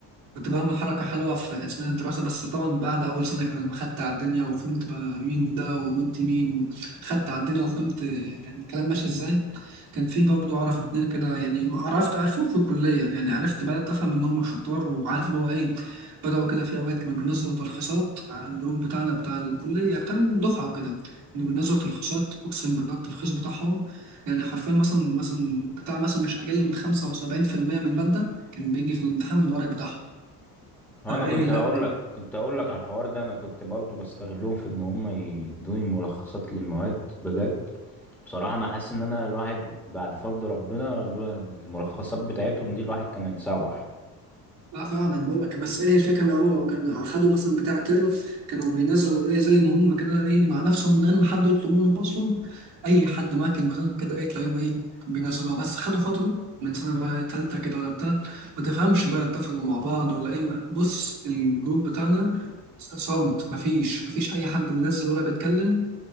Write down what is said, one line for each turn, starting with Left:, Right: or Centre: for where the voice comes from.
Right: كنت بعمل حركة حلوة في أثناء الدراسة بس طبعا بعد أول سنة كده لما خدت على الدنيا وفهمت بقى مين ده وأنت مين خدت على الدنيا وفهمت يعني الكلام ماشي إزاي كان في برضه أعرف اتنين كده يعني عرفت عرفهم في الكلية يعني عرفت بدأت أفهم إن هم شطار وعارف اللي هو إيه بدأوا كده في أوقات كانوا بينزلوا تلخيصات على الجروب بتاعنا بتاع الكلية بتاع الدفعة وكده كانوا بينزلوا تلخيصات أقسم بالله التلخيص بتاعهم يعني حرفيا مثلا مثلا بتاع مثلا مش أقل من 75% من المادة كان بيجي في الامتحان من الورق بتاعهم
Centre: هو
Right: فايه
Centre: انا كنت
Right: لا
Centre: هقول لك كنت هقول لك على الحوار ده انا كنت برضو بستغلهم في ان هم يدوني ملخصات للمواد بجد بصراحة انا حاسس ان انا الواحد بعد فضل ربنا لولا الملخصات بتاعتهم دي الواحد كان هيتسوح
Right: لا فعلا بقول لك بس ايه الفكره ان هم كانوا خدوا مثلا بتاع ترم كانوا بينزلوا ايه زي ما هم كده ايه مع نفسهم من غير ما حد يطلب منهم اصلا اي حد ماكل مكان كده ايه تلاقيهم ايه بينزلوها بس خدوا فتره من سنه بقى تالته كده ولا بتاع ما تفهمش بقى اتفقوا مع بعض ولا ايه ما- بص الجروب بتاعنا صامت مفيش مفيش اي حد بينزل ولا بيتكلم